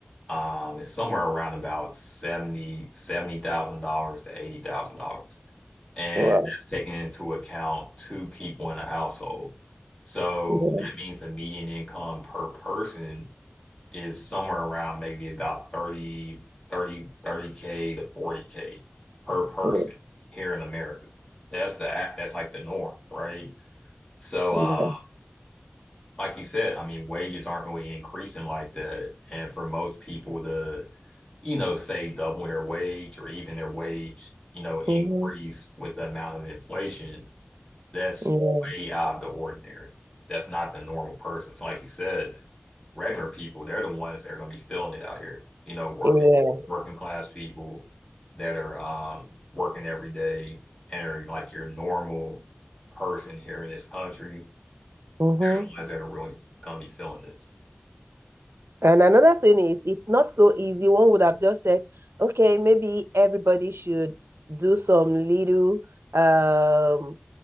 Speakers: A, on the left (about 20°); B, on the right (about 80°).
A: um, is somewhere around about seventy seventy thousand dollars to eighty thousand dollars. And
B: Wow.
A: that's taking into account two people in a household. So
B: Yeah.
A: that means the median income per person is somewhere around maybe about thirty thirty thirty k to 40K per person
B: Yeah.
A: here in America. That's the that's like the norm, right? So uh
B: Yeah.
A: like you said, I mean wages aren't really increasing like that. And for most people to, you know, say double their wage or even their wage, you know, increase
B: Mhm.
A: with the amount of inflation that's
B: Yeah.
A: way out of the ordinary. That's not the normal person. So like you said, regular people, they're the ones that are gonna be feeling it out here. You know, working
B: Yeah.
A: working class people that are um working every day and are like your normal person here in this country,
B: Mhm.
A: they're the ones that are really gonna be feeling this.
B: And another thing is, it's not so easy. One would have just said, okay, maybe everybody should do some little um,